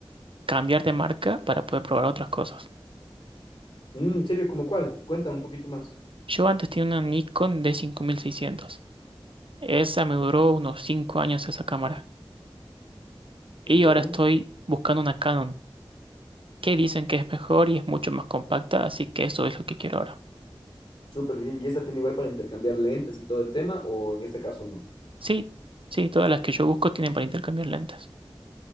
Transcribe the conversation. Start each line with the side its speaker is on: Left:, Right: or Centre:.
Right: cambiar de marca para poder probar otras cosas.
Left: Mm, ¿en serio? ¿Cómo cuál? Cuéntame un poquito más.
Right: Yo antes tenía una Nikon d cinco mil seiscientos, Esa me duró unos 5 años esa cámara. Y
Left: Ya,
Right: ahora estoy buscando una Canon, que dicen que es mejor y es mucho más compacta, así que eso es lo que quiero ahora.
Left: súper bien. ¿Y esta tiene igual para intercambiar lentes y todo el tema, o en este caso no?
Right: Sí, sí, todas las que yo busco tienen para intercambiar lentes.